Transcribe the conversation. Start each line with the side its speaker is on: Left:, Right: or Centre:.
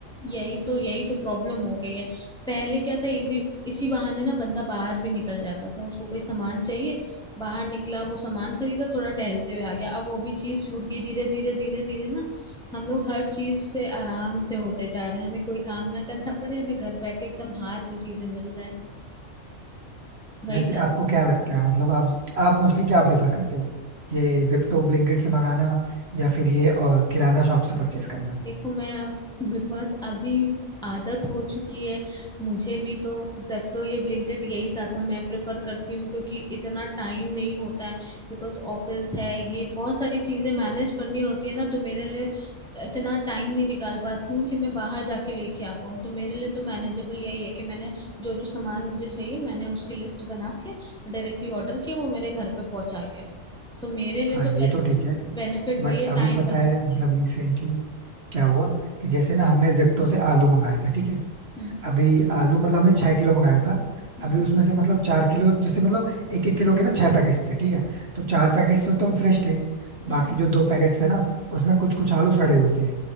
Centre: यही तो यही तो प्रॉब्लम हो गई है पहले क्या था इजी इसी बहाने ना बंदा बाहर भी निकल जाता था उसको कोई सामान चाहिए बाहर निकला वो सामान खरीदा थोड़ा टहलते हुए आ गया अब वो भी चीज छूट गई धीरे धीरे धीरे धीरे ना हम लोग हर चीज से आराम से होते जा रहे हैं हमें कोई काम ना करना पड़े हमें घर बैठे एकदम हाथ में चीजें मिल जाए वही
Right: वैसे
Centre: था
Right: आपको क्या लगता है मतलब आप आप मोस्टली क्या प्रेफर करते हो ये जिप्टो ब्लिंकिट से मंगाना या फिर ये और किराना शॉप से परचेस करना
Centre: देखो मैं अब बिकॉज अभी आदत हो चुकी है मुझे भी तो जेप्टो ये ब्लिंकिट यही ज्यादा मैं प्रेफर करती हूँ क्योंकि इतना टाइम नहीं होता है बिकॉज ऑफिस है ये बहुत सारी चीजें मैनेज करनी होती है ना तो मेरे लिए इतना टाइम नहीं निकाल पाती हूँ कि मैं बाहर जाके लेके आ पाऊँ तो मेरे लिए तो मैनेजेबल यही है कि मैंने जो जो सामान मुझे चाहिए मैंने उसकी लिस्ट बना के डायरेक्टली ऑर्डर किया वो मेरे घर पे पहुंचा गया तो मेरे लिए
Right: हाँ
Centre: तो
Right: ये तो ठीक है
Centre: बेनिफिट
Right: बट
Centre: वही है
Right: अभी
Centre: टाइम
Right: पता
Centre: बच
Right: है मतलब
Centre: है
Right: रिसेंटली क्या हुआ कि जैसे ना हमने जिप्टो से आलू मंगाए थे ठीक है
Centre: हम्म
Right: अभी आलू मतलब हमने छह किलो मंगाया था
Centre: हम्म
Right: अभी उसमें से मतलब चार किलो जैसे मतलब एक एक किलो के ना छह पैकेट्स थे ठीक है तो चार पैकेट्स तो एकदम फ्रेश थे बाकी
Centre: हम्म।
Right: जो दो पैकेट्स थे ना उसमें कुछ कुछ आलू सड़े हुए थे